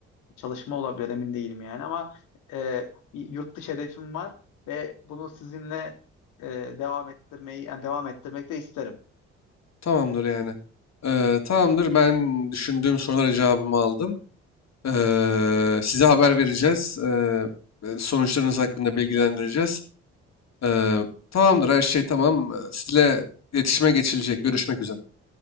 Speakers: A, on the left (about 70°); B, on the left (about 55°).
A: çalışma olabilir emin değilim yani ama e, bir yurt dışı hedefim var ve bunu sizinle e, devam ettirmeyi yani devam ettirmek de isterim.
B: tamamdır yani. Eee, tamamdır, ben düşündüğüm sorulara cevabımı aldım. Eee, size haber vereceğiz. Eee, e, sonuçlarınız hakkında bilgilendireceğiz. Eee, tamamdır, her şey tamam. Eee, Sizle iletişime geçilecek. Görüşmek üzere.